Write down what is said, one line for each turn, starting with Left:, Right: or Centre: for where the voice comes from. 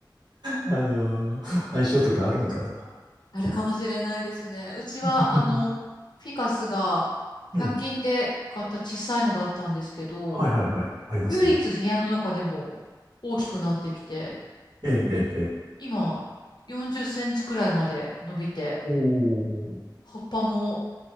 Right: あの、相性とかあるのかな。
Left: <laughs> あるかもしれないですね。うちは、
Right: <laughs>
Left: あの、フィカスが100均で買った小さいのだったんですけど、
Right: うん。はいはいはい。ありますね。
Left: 唯一部屋の中でも大きくなってきて、
Right: ええ、ええ、ええ。
Left: 今40センチくらいまで伸びて、
Right: おー。
Left: 葉っぱも